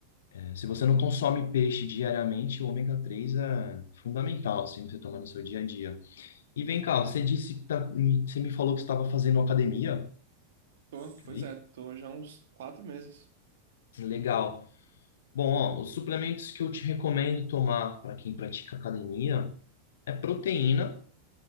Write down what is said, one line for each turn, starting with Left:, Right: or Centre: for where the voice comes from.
Left: É, se você não consome peixe diariamente, o ômega 3 é fundamental, assim, você tomar no seu dia a dia. E vem cá, você disse que tá- você me falou que você estava fazendo academia,
Right: Tô, pois
Left: aí?
Right: é, tô já há uns quatro meses.
Left: Legal. Bom, ó, os suplementos que eu te recomendo tomar para quem pratica academia é proteína,